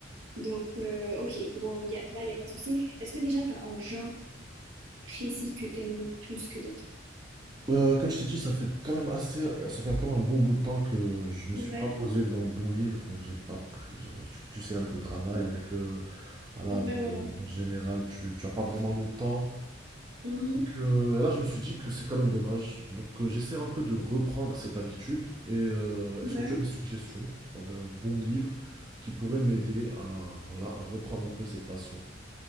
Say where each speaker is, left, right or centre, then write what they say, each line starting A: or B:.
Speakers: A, on the right (about 80°); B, on the right (about 20°).
A: Donc, euh, ok, bon, y a- là, il n'y a pas de souci. Est-ce que déjà, tu as un genre précis que tu aimes plus que d'autres?
B: Euh, comme je t'ai dit, ça fait quand même assez, ça fait quand même un bon bout de temps que je me
A: Ouais,
B: suis pas posé devant un bon livre, donc j'ai pas pris. genre, tu, tu sais, avec le travail,
A: ok.
B: avec le, voilà,
A: ouais,
B: avec
A: ouais.
B: le, en général, tu, tu as pas vraiment le temps.
A: Ouais. Mhm.
B: Euh, et là, je me suis dit que c'est quand même dommage. Donc, euh, j'essaie un peu de reprendre cette habitude. Et euh,
A: Ouais.
B: est-ce que tu as des suggestions, genre d'un bon livre qui pourrait m'aider à, voilà, à reprendre un peu cette passion?